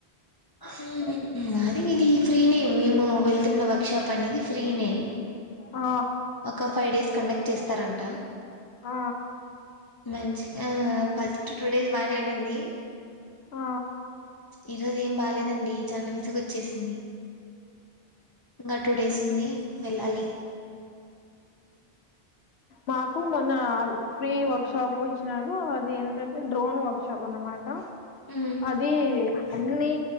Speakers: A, on the left; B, on the left.
A: సో మాది బిర్యానీ అండి ఫ్రీనే మేము వెళ్తున్న వర్క్ షాప్ అనేది ఫ్రీనే
B: ఆ
A: ఒక ఫైవ్ డేస్ కండక్ట్ చేస్తారంట
B: ఆ
A: మంచిగా ఫస్ట్ టూ డేస్ బాగానే ఉండింది
B: ఆ
A: ఈరోజు ఏం బాలేేదండి చానా విసుగు వచ్చేసింది ఇంకా టూ డేస్ ఉంది వెళ్ళాలి
B: మాకు మొన్న ఫ్రీ వర్క్ షాప్ ఇచ్చినారు అది ఏంటంటే డ్రోన్ వర్క్ షాప్ అన్నమాట
A: మ్మ్
B: అదీ అన్ని